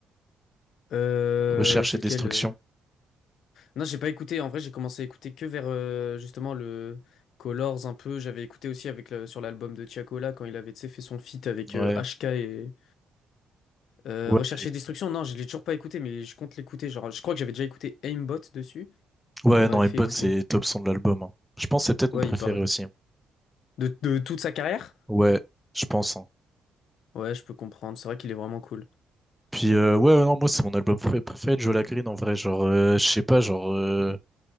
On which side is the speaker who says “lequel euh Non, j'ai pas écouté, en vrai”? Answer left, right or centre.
Left